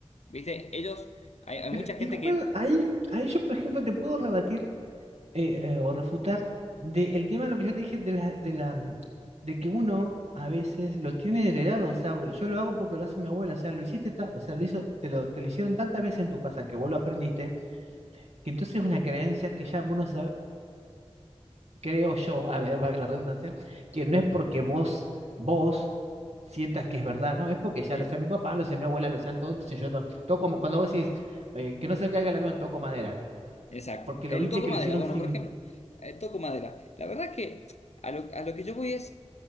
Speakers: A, on the left (about 75°); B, on the right (about 75°).
A: ¿viste? Ellos hay, hay
B: Pero
A: mucha gente
B: igual
A: que...
B: ahí, ahí yo, por ejemplo, te puedo rebatir eh, eh, o refutar de el tema de lo que yo te dije de la, de la de que uno a veces lo tiene heredado, o sea, yo lo hago porque lo hace mi abuela, o sea, lo hiciste, ta- o sea, lo hizo, te lo, te lo hicieron tantas veces en tu casa que vos lo aprendiste, que entonces es una creencia que ya uno sabe, creo yo, a ver, valga la redundancia, que no es porque vos, vos sientas que es verdad, ¿no? Es porque ya
A: sí.
B: lo sea mi papá, lo sea mi abuela, lo sean todos, entonces yo to- toco, mo- cuando vos decís eh, que no se caiga el avión, toco madera, eh,
A: Exacto.
B: porque
A: El
B: lo viste
A: toco
B: que
A: madera.
B: lo hicieron
A: Bueno,
B: sin,
A: por ejemplo, el toco madera. La verdad es que a lo, a lo que yo voy es,